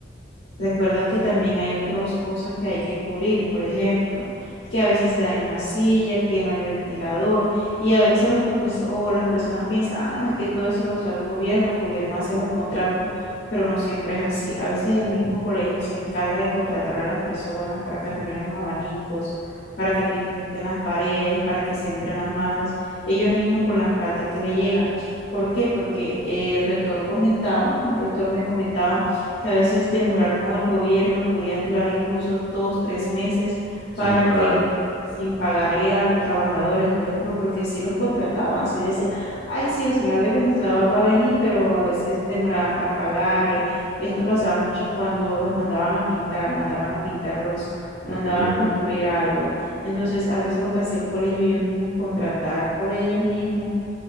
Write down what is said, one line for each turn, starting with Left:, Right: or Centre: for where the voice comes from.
Left: Recuerda que también hay otras cosas que hay que cubrir, por ejemplo, que a veces se daña una silla, que no hay ventilador, y a veces los profesores o las personas piensan, ah, no, es que todo eso lo sale el gobierno, el gobierno hace los contratos, pero no siempre es así. A veces el mismo colegio se encarga de contratar a las personas para que arreglen los abanicos, para que pinten las paredes, para que siembren las matas, ellos mismos con las plata que le llegan. ¿Por qué? Porque el rector comentaba, un rector me comentaba que a veces demorar con el gobierno podían durar incluso dos, tres meses
Centre: sin
Left: para
Centre: pagar,
Left: que sin pagarle a los trabajadores, por ejemplo, porque si los contrataban, si decía, ay, sí, el señor del ventilador va a venir, pero a veces demoraban para pagarle. Esto pasaba mucho cuando los mandaban a pintar, mandaban a pintarlos
Centre: ¿entienden?
Left: o mandaban a construir algo. Entonces, a veces lo que hacía el colegio, ellos mismos contratar por ellos mismos